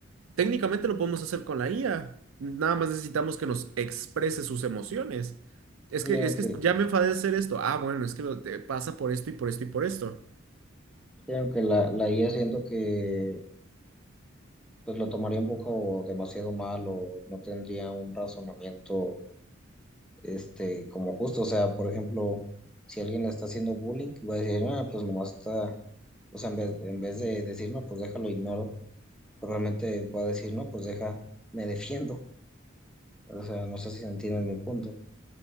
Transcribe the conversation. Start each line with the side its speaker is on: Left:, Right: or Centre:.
Right: Técnicamente lo podemos hacer con la IA, nada más necesitamos que nos exprese sus emociones. Es
Centre: Sí,
Right: que,
Centre: aunque,
Right: es que ya me enfadé de hacer esto, ah, bueno, es que lo, te pasa por esto y por esto y por esto.
Centre: sí, aunque la, la IA siento que pues lo tomaría un poco demasiado mal o no tendría un razonamiento este como justo. O sea, por ejemplo, si alguien le está haciendo bullying, va a decir, ah, pues nomás está, o sea, en vez, en vez de decir, no, pues déjalo, ignoro, pero realmente puede decir, no, pues deja, me defiendo. O sea, no sé si entiendes mi punto.